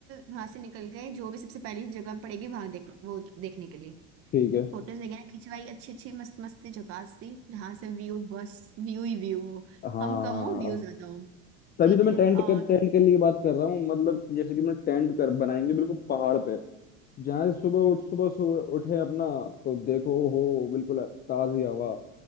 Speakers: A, on the right; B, on the left.
A: वहां से निकल गए जो भी सबसे पहली जगह पड़ेगी वहां देख वो देखने के लिए
B: ठीक है
A: फोटोज वगैरह खिंचवाई अच्छी अच्छी मस्त मस्त सी जगह सी जहाँ से व्यू बस व्यू ही व्यू हो
B: हाँ
A: हम कम हो व्यू ज्यादा हो
B: तभी
A: ठीक
B: तो मैं
A: है
B: टेंट
A: और
B: कर टेंट के लिए बात कर रहा हूँ मतलब कि जैसे कि मैं टेंट कर बनाएंगे बिल्कुल पहाड़ पे जहाँ से सुबह उठ सुबह सुबह उठे अपना तो देखो हो बिल्कुल ताजी हवा